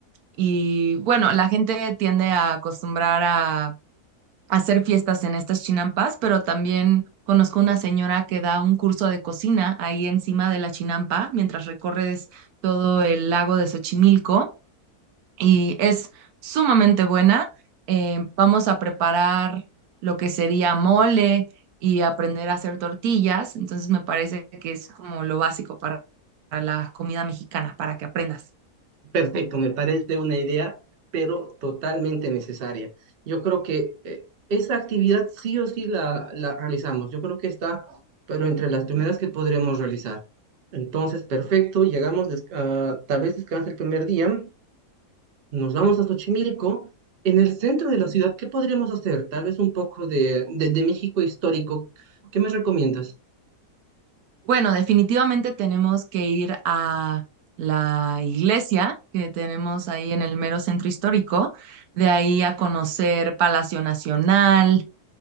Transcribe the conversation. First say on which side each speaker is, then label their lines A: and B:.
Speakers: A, on the right (about 75°); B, on the right (about 55°).
A: Y bueno, la gente tiende a acostumbrar a hacer fiestas en estas chinampas, pero también conozco una señora que da un curso de cocina ahí encima de la chinampa mientras recorres todo el lago de Xochimilco y es sumamente buena. Eh, vamos a preparar lo que sería mole y aprender a hacer tortillas, entonces me parece que es como lo básico para para la comida mexicana, para que aprendas.
B: Perfecto, me parece una idea, pero totalmente necesaria. Yo creo que eh, esa actividad sí o sí la, la realizamos. Yo creo que está, pero entre las primeras que podremos realizar. Entonces, perfecto, llegamos, des- ah, tal vez descanse el primer día, nos vamos a Xochimilco. En el centro de la ciudad, ¿qué podremos hacer? Tal vez un poco de, de, de México histórico. ¿Qué me recomiendas?
A: Bueno, definitivamente tenemos que ir a la iglesia que tenemos ahí en el mero centro histórico, de ahí a conocer Palacio Nacional,